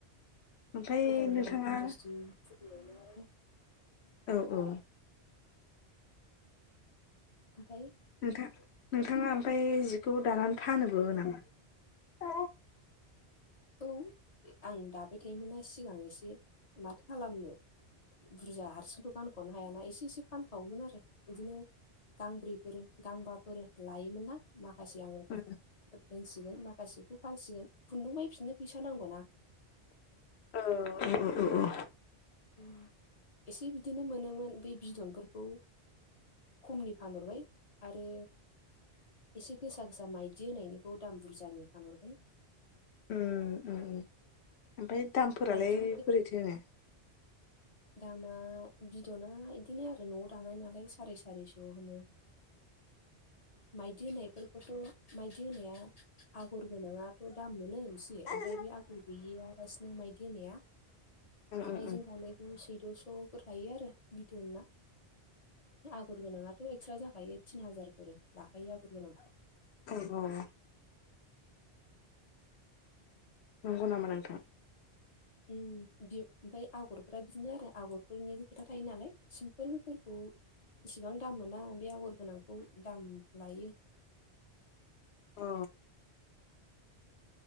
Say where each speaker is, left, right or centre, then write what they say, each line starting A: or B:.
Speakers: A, on the left; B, on the left.
A: ओमफ्राय
B: गोदान
A: नोंथाङा
B: गोदान इन्डास्ट्रि खुलिबाय आरो
A: औ औ
B: ओमफ्राय
A: नोंथां नोंथाङा ओमफ्राय जिखौ दानानै फानोबो नामा? औ
B: औ आं दाबाय थायोमोनना सिगां एसे माथो खालामनो। बुरजा हारसिंथ' गानखनो हायाना एसे एसे फानखावोमोन आरो बिदिनो गांब्रैफोर गांबाफोर लायोमोन ना माखासे आङो
A: औ
B: फानसिगोन माखासेखौ फानसिगोन खुन्दुंबायफिनो फैसा नांगौ ना।
A: औ उम उम।
B: उम एसे बिदिनो मोनोमोन बे बिदनफोरखौ। खमनि फानहरबाय आरो। एसे गोसा गोसा माइदि होनायनिखौ दाम बुरजानि फानहरबाय।
A: उ उम उम ओमफ्राय दामफोरालाय
B: माइदिनि
A: बोरैथो नो।
B: दामा बिद'ना इदिनो आरो न'आव दानाय नालाय साराय सारिस' होनो। माइदि होनायफोरखौथ' माइदि होनाया। आगर गोनाङाथ' दाम मोनो एसे
A: ओं
B: ओमफ्राय बे आगर गैयियालासिनो माइदि होनाया। आखाइजों
A: ओं ओं
B: दानायखौ सैद'स'फोर लायो आरो बिदनना। आगर गोनाङाथ' एक्सट्रा जाखायो तिन हाजारफोर लाखायो आगर गोनांखौ।
A: औ औ नंगौ नामा नोंथां
B: उम बि ओमफ्राय आगरफोरा बिदिनो आरो आगरफोरनिबो खोथा थायो नालाय सिम्पोलफोरखौ। इसिबां दाम मोना बे आगर गोनांखौ दाम लायो।
A: औ